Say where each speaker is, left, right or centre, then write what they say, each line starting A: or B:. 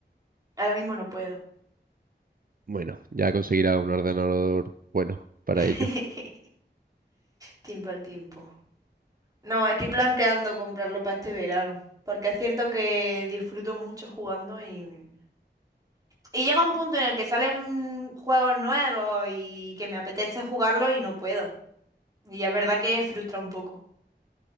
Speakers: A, on the right (about 20°); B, on the right (about 50°).
A: ahora mismo no puedo.
B: Bueno, ya conseguirá un ordenador bueno para
A: <laughs>
B: ello.
A: Tiempo al tiempo. No, estoy planteando comprarlo para este verano. Porque es cierto que disfruto mucho jugando y... Y llega un punto en el que salen juegos nuevos y que me apetece jugarlo y no puedo. Y es verdad que frustra un poco.